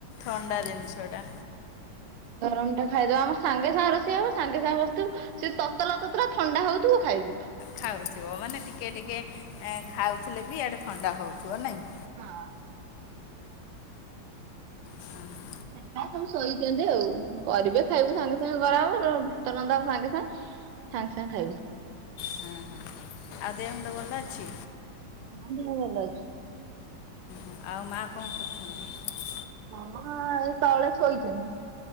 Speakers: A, on the left (about 70°); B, on the right (about 75°).
A: ଥଣ୍ଡା ଜିନିଷଇଟା
B: ରମ ଟା ଖାଇଦବା ଆମ ସାଙ୍ଗେ ସାଙ୍ଗେ ରୋଷେଇ ହବ ସାଙ୍ଗେ ସାଙ୍ଗେ ବସିଥିବ ସେଈ ତତଲା ତତଲା ଥଣ୍ଡା ହୋଉଥିବ ଖାଇବୁ।
A: ଖାଉଥିବ ମାନେ ଟିକେ ଟିକେ ଖାଉଥିଲେ ବି ଇଆଦୁ ଥଣ୍ଡା ହେଉଥିବ ନାହିଁ।
B: ହଁ।
A: ହଁ।
B: ଦେଖ ସବୁ ସୋଇଛନ୍ତି, ଆଉ କରିବେ ଖାଇବୁ ସାଙ୍ଗେ ସାଙ୍ଗେ <unintelligible> ହବ ଭାତ ରନ୍ଧା ହବ ସାଙ୍ଗେ ସାଙ୍ଗେ ସଙ୍ଗ ସାଙ୍ଗ ଖାଇବୁ।
A: ହଁ ହଁ ଆଉ ଦେହ ମୁଣ୍ଡ ଭଲ ଅଛି
B: ହଁ <unintelligible>
A: ଓ ଆଉ ମାଆ କଣ କରୁଛନ୍ତି?
B: ମାମା ଏ ତଳେ ଶୋଇଛନ୍ତି।